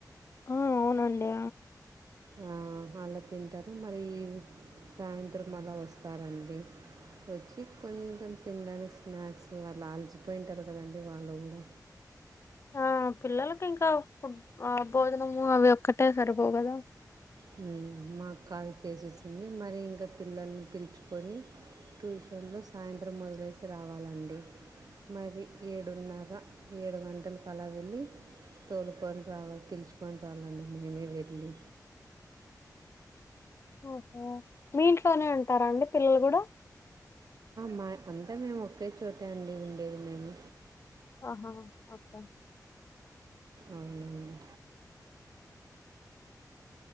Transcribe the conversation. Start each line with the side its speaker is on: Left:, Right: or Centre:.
Left: ఆ అవును అండి
Right: ఆ అలా తింటారు మళ్ళీ సాయంత్రం అలా వస్తారు అండి వచ్చి కొంచెం తినడానికి స్నాక్స్ వాళ్ళు ఆలిసిపోయి ఉంటారు కదా అండి వాళ్ళు కూడా
Left: ఆ పిల్లలకి ఇంకా ఫుడ్ ఆ భోజనము అవి ఒక్కటే సరిపోవుగదా
Right: హ్మ్ మా కాల్ చేసేసింది మరి ఇంకా పిల్లల్ని పిలుచుకొని ట్యూషన్లో సాయంత్రం వొదిలేసి రావాలి అండి మరి ఏడున్నర ఏడు గంటలకు అలా వెళ్ళి తోలుకొని రావాలి పిలుసుకొని రావాలి అండి మేమే వెళ్ళి
Left: ఓహో మీ ఇంట్లోనే ఉంటారా అండి పిల్లలు కూడా
Right: మా అంతా మేము ఒకే చోటే అండి ఉండేది మేము
Left: ఆహా ఓకే
Right: అవును అండి